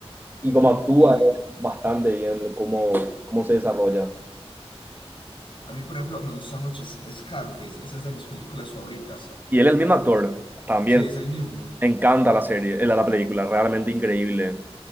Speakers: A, on the right; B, on the left.
A: y como actúa
B: Y
A: eh, bastante bien, cómo, cómo se desarrolla.
B: a mí, por ejemplo, me gusta mucho es- Scarface, esa es de mis películas favoritas.
A: Y él es el mismo actor, también.
B: Sí, es el mismo.
A: Me encanta la serie, eh, la la película, realmente increíble.